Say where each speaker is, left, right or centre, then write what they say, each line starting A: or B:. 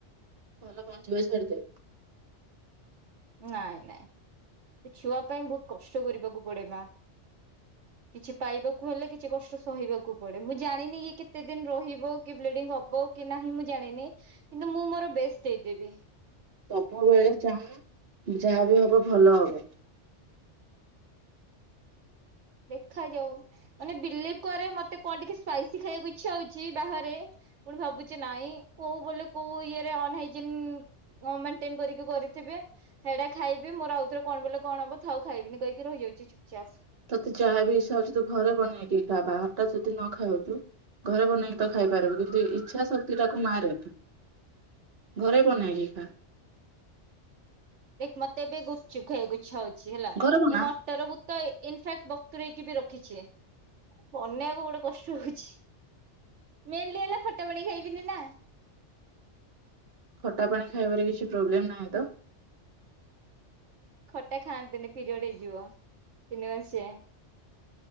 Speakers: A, on the right (about 60°); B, on the right (about 75°).
A: ଭଲ ପହଞ୍ଚିବ, ସେଆଡେ ଦେ।
B: ନାଇଁ ନାଇଁ ସେ ଛୁଆ ପାଇଁ ବହୁତ କଷ୍ଟ କରିବାକୁ ପଡେ ମା। କିଛି ପାଇବାକୁ ହେଲେ କିଛି କଷ୍ଟ ସହିବାକୁ ପଡେ। ମୁଁ ଜାଣିନି କି କେତେ ଦିନ ରହିବ କି ବ୍ଲିଡିଙ୍ଗ ହବ। କି ନାହିଁ ମୁଁ ଜାଣିନି। କିନ୍ତୁ ମୁଁ ମୋର ବେଷ୍ଟ ଦେଇଦେବି।
A: ସବୁବେଳେ ଚାହାଁ। ଯାହା ବି ହବ ଭଲ ହବ।
B: ଦେଖା ଯାଉ ମାନେ ବିଲିଭ କରେ ମତେ କଣ ଟିକେ ସ୍ପାଇସି ଖାଇବାକୁ ଇଚ୍ଛା ହଉଛି ବାହାରେ। ପୁଣି ଭାବୁଛି ନାଇଁ କୋଉ ବେଳେ କୋଉ ଅନ ହାଇଜିନ ମେଣ୍ଟେନ କରିକି କରିଥିବେ। ସେଇଟା ଖାଇବି ମୋର ଆଉ ଥରେ କଣ ବୋଲେ କଣ ହବ ଥାଉ ଖାଇବିନି କହିକି ରହିଯାଉଛି ଚୁପଚାପ୍।
A: ତତେ ଯାହା ବି ଇଛା ହଉଛି ତୁ ଘରେ ବନେଇକି ଖା। ବାହାର ଟା ଯଦି ନ ଖାଉଛୁ। ଘରେ ବନେଇକି ତ ଖାଇପାରିବେ। କିନ୍ତୁ ଇଚ୍ଛା ଶକ୍ତି ଟାକୁ ମାରେନି। ଘରେ ବନାଇକି ଖା।
B: ଦେଖ ମତେ ଏବେ ଗୁପଚୁପ୍ ଖାଇବାକୁ ଇଛା ହଉଛି ହେଲା।
A: ଘରେ ବନା
B: ମୁଁ ମଟରକୁ ତ ଇନ ଫାକ୍ଟ ବତୁରେଇକି ବି ରଖିଛି। ବନେଇବାକୁ ଗୋଟେ କଷ୍ଟ ହଉଛି। ମେନ୍ ଲି ହେଲା ଖଟା ପାଣି ଖାଇବିନି ନା।
A: ଖଟା ପାଣି ଖାଇବାରେ କିଛି ପ୍ରୋବ୍ଲେମ ନାହିଁ ତ।
B: ଖଟା ଖାଆନ୍ତିନି ପିରିୟଡ ହେଇଯିବ ତିନି ମାସିଆ।